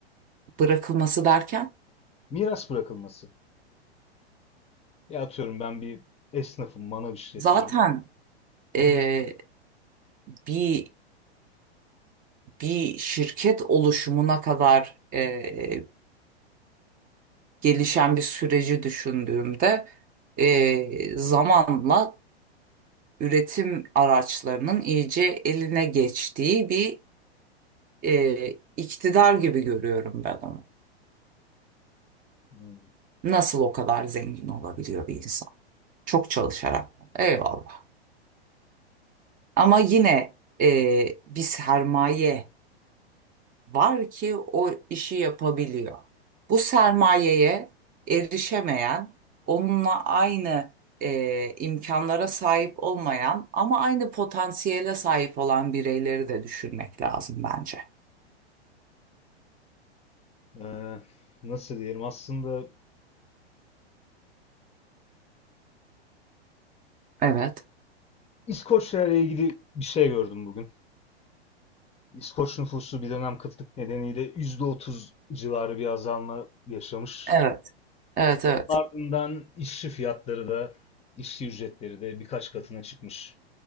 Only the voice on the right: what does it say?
Bırakılması derken
zaten e,
bir bir şirket oluşumuna kadar e, gelişen bir süreci düşündüğümde e, zamanla üretim araçlarının iyice eline geçtiği bir e, iktidar gibi görüyorum ben onu.
Nasıl o kadar zengin olabiliyor bir insan? Çok çalışarak. Eyvallah. Ama yine e, bir sermaye var ki o işi yapabiliyor. Bu sermayeye erişemeyen, onunla aynı e, imkanlara sahip olmayan ama aynı potansiyele sahip olan bireyleri de düşünmek lazım bence.
Evet,
evet, evet,
evet.